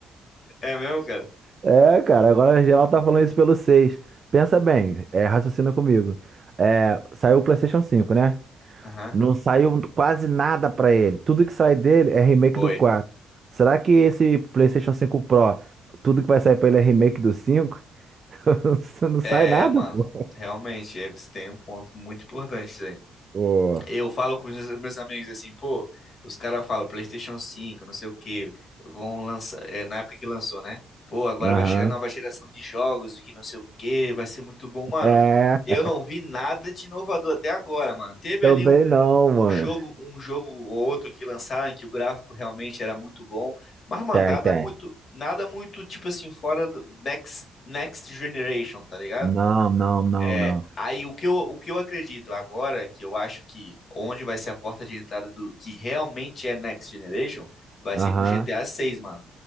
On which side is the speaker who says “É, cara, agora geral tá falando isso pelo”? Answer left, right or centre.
Right